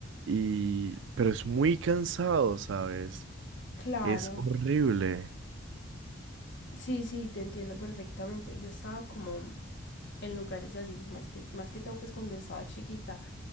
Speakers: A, on the right; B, on the left.
A: Y, pero es muy cansado, ¿sabes?
B: Claro.
A: Es horrible.
B: Sí, sí, te entiendo perfectamente. Yo estaba como en lugares así, más que, más que todo pues cuando estaba chiquita.